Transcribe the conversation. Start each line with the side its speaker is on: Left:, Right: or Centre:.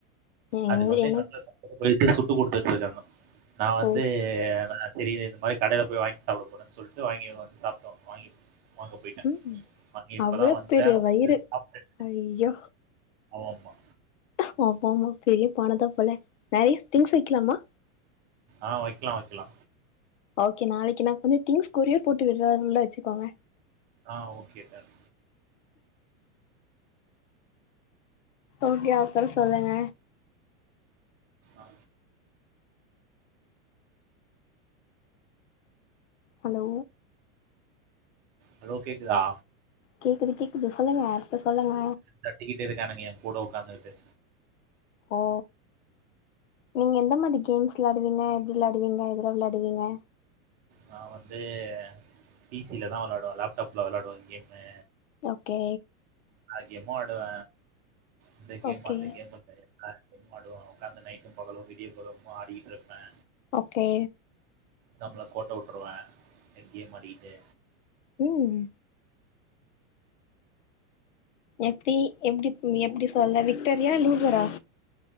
Left: எங்க
Right: அதுக்கு வந்து
Left: எனக்
Right: அக்கா போயிட்டு சுட்டு கொடுத்துட்டு இருக்காங்க நா வந்து
Left: ஓ
Right: சேரி இந்த மாரி கடையில போய் வாங்கி சாப்பட போறன்னு சொல்ட்டு வாங்கி வந்து சாப்டோ வாங்கி வாங்க போயிட்டே
Left: ம்
Right: வாங்கி இப்பதா
Left: அவ்ளோ
Right: வந்தே
Left: பெரிய வயிறு
Right: வந்து சாப்ட்டு
Left: ஐயோ
Right: ஆமா
Left: பாக்கமா பெரிய பானதா போல நிறய திங்ஸ் வெக்கலாமா
Right: ஆ வெக்கலா வெக்கலா
Left: ஓகே நாளைக்கு நா புது திங்ஸ் கொரியர் போட்டு விடுரா அது உள்ள வச்சுக்கோங்க
Right: ஆ ஓகே டான்
Left: ஓகே அப்பற சொல்லுங்க
Right: ஆ
Left: ஹலோ
Right: ஹலோ கேக்குதா
Left: கேக்குது கேக்குது சொல்லுங்க அடுத்து சொல்லுங்க
Right: தட்டிக்கிட்ட இருக்கானுக என்கூட உங்கத்துகிட்டு
Left: ஓ நீங்க எந்த மாரி கேம்ஸ் விளையாடுவீங்க எப்டி விளையாடுவீங்க எதில விளையாடுவீங்க
Right: நா வந்து பிசில தா விளாடுவே லேப்டாப்ல விளாடுவவே கேமு
Left: ஓகே
Right: நா கேமோ ஆடுவ இந்த கேமா
Left: ஓகே
Right: அந்த கேம் கிட கரண்ட் போனலு உட்காந்து நைட்டு பகலு விடிய பகலு ஆடிட்டு இருப்பே
Left: ஓகே
Right: நம்பள கோட்ட விட்ருவே எங்கேம் ஆடிக்கிட்டு
Left: ம் எப்டி எப்டி எப்டி சொல்ல விக்டரியா லூசரா